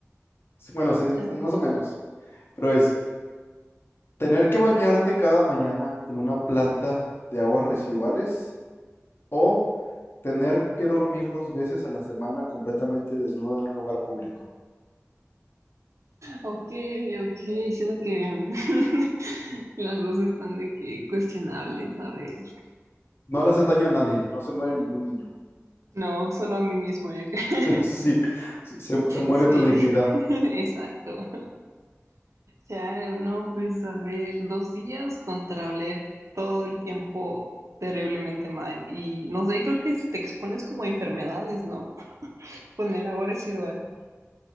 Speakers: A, on the left; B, on the right.
A: Sí, Bueno, sen-
B: Eso
A: más o
B: es.
A: menos. Pero es, tener que bañarte cada mañana en una planta de aguas residuales o tener que dormir dos veces a la semana completamente desnuda en un lugar público.
B: Ok, ok, siento que <laughs> las dos están de que cuestionables, a ver.
A: No le haces daño a nadie, no se muere ningún niño.
B: No, solo a mí mismo, yo creo.
A: <laughs> Sí, se, se se muere
B: Sí,
A: tu dignidad.
B: <laughs> exacto. ya no, pues a ver, dos días contra oler todo el tiempo terriblemente mal. Y no sé, creo que te expones como a enfermedades, ¿no? <laughs> Con el agua residual.